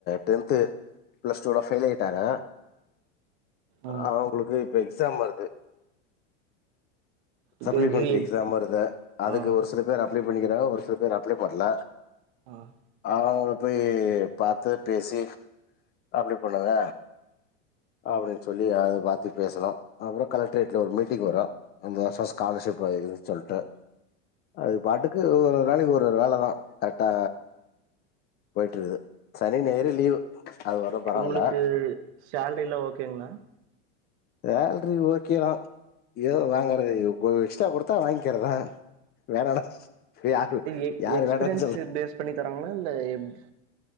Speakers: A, on the left; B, on the right.
A: டென்த் பிளஸ் டூ ல ஃபெயில் ஆயிட்டாங்க
B: ம்
A: ஹ உங்களுக்கு இப்ப எக்ஸாம் வருது
B: இது
A: சப்ளிமெண்டரி
B: ரீ
A: எக்ஸாம் வருது அதுக்கு
B: ஆ
A: ஒரு சில பேர் அப்ளை பண்ணிக்கிறாங்க ஒரு சி ல பேர் அப்ளை பண்ணல
B: ஆஹ்
A: அவங்கள போய் பாத்து பேசி அப்படி பண்ணுங்க அப்படின்னு சொல்லி அத பத்தி பேசனும் அப்பறம் கலெக்ட்ரேட்ல ஒரு மீட்டிங் வரும் அந்த <unintelligible> கால பிரெஷ் அப் ஆயிருக்கு சொல்லிட்டு அது பாட்டுக்கு ஒரு நாளைக்கு ஒரு ஒரு வேலதான் கரெக்டா போய்ட்டு இருக்குது சனி ஞாயிறு லீவ் அது வரயும் பரவால
B: உங்களுக்கு சேலரிலா ஓகேங்களா
A: சேலரி ஓகே தான் ஏதோ வாங்கற எஸ்ட்டா கொடுத்தா வாங்கிக்கறதான் வேணன யாரு
B: எ
A: யாரு
B: எக்ஸ்பீரியன்ஸ்
A: வேணன்னு சொல்ல
B: பேஸ் பண்ணி தராங்களா இல்ல எப்டி